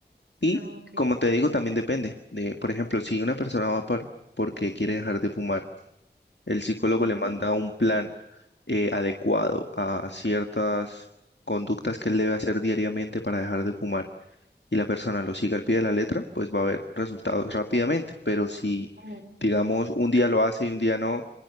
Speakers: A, on the left; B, on the right.
A: Y
B: Ah, ok.
A: como te digo, también depende de, por ejemplo, si una persona va por, porque quiere dejar de fumar El psicólogo
B: ujú,
A: le manda un plan eh, adecuado a ciertas conductas que él debe hacer diariamente para dejar de fumar y la persona lo sigue al pie de la letra, pues va a haber resultados rápidamente. Pero si,
B: ah,
A: digamos, un día lo hace y un día no,